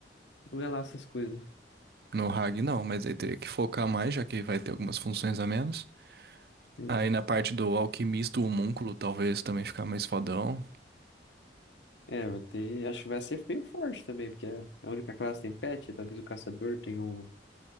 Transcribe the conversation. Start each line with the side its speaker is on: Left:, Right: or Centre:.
Left: não é lá essas coisas.
Right: No Hag não, mas aí teria que focar mais, já que vai ter algumas funções a menos.
Left: Sim.
Right: Aí na parte do alquimista, o homúnculo talvez também ficar mais fodão.
Left: É, vai ter, acho que vai ser meio forte também, porque a a única classe tem pet, talvez o caçador tenha o,